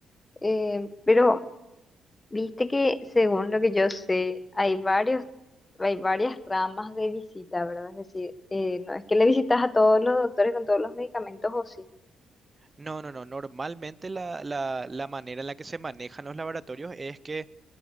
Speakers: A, on the left; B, on the right.
A: Eh, pero viste que según lo que yo sé, hay varios, hay varias ramas de visita, ¿verdad? Es decir, eh, no es que le visitas a todos los doctores con todos los medicamentos o sí.
B: No, no, no. Normalmente la, la, la manera en la que se manejan los laboratorios es que